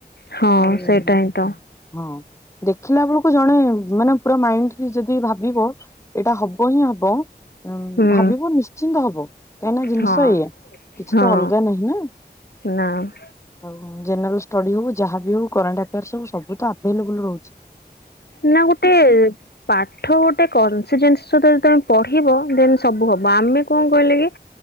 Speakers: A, on the left (about 70°); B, on the left (about 15°).
A: ହଁ
B: ଆଉ
A: ସେଇଟା
B: ହଁ।
A: ହିଁ ତ
B: ଦେଖିଲା ବେଳକୁ ଜଣେ ମାନେ ପୁରା ମାଇଣ୍ଡଲି ଯଦି ଭାବିବ ଏଇଟା ହବ ହିଁ ହବ। ଉଁ
A: ହୁଁ
B: ଭାବିବ ନିଶ୍ଚିନ୍ତ ହବ। କାହିନା ଜିନିଷ
A: ହଁ
B: ଏଇା କିଛି
A: ହଁ
B: ତ ଅଲଗା ନାହିଁ ନା।
A: ନା
B: ଆଉ ଜେନେରାଲ ଷ୍ଟଡି ହୋଉ ଯାହାବି ହୋଉ କରେଣ୍ଟ ଆଫୋର୍ସ ହୋଉ ସବୁ ତ ଆଭେଲେବୁଲ ରୋହୁଛି।
A: ନା ଗୋଟେ ପା ଆଠ ଗୋଟେ କନସିଜେନ୍ସ ଯଦି ତମେ ପଢ଼ିବ ଦେନ୍ ସବୁ ହବ ଆମେ କଣ କହିଲେ କି